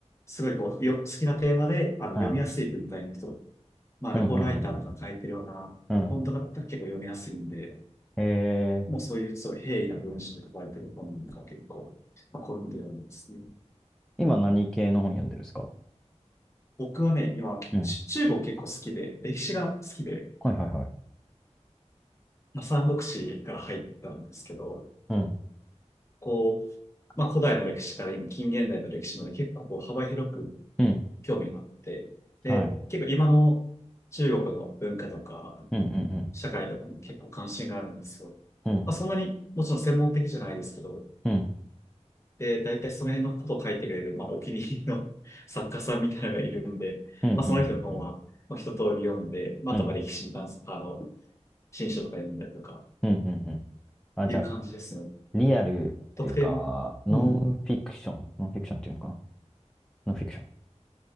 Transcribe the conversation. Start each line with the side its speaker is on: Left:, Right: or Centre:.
Left: すごいこう、よ、好きなテーマであの読みやすい文体の人
Centre: はい。
Left: まあ、
Centre: うんうん
Left: ルポライターとか書いてるような本とかだったら結構読みやすいんで、
Centre: うんうん。うん。えー、
Left: もうそういうすごい平易な文章とか書いてる本が結構、まあ、好んで読んでますね。
Centre: 今何系の本読んでるんですか
Left: 僕はね、今、
Centre: うん。
Left: ち中国結構好きで、歴史が好きで、
Centre: はいはいはい。
Left: まあ、三国志から入ったんですけど、
Centre: うん。
Left: こう、まあ、古代の歴史から今近現代の歴史まで結構こう幅広く
Centre: うん。
Left: 興味があって、で、
Centre: はい。
Left: 結構今の中国の文化とか、
Centre: うんうん
Left: 社会とかにも結構関心があるんですよ。
Centre: うん。うん。
Left: まあ、そんなにもちろん専門的じゃないですけど、
Centre: うん。
Left: で、大体その辺のことを書いてくれる、まあ、お気に入りの <laughs> 作家さんみたいなのがいるんで、
Centre: うんうんうんうん。
Left: まあ、その人の本は、まあ、一通り読んで、まあ、
Centre: うん
Left: あとまあ歴史に関す、あの、新書とか読んだりとか、
Centre: うんうんうん。あ、
Left: いう感じですね。
Centre: じゃあ、リアルっていうか、
Left: 特定の、
Centre: ノンフィクション、
Left: うん。
Centre: ノンフィクションっていうのかなノンフィクション。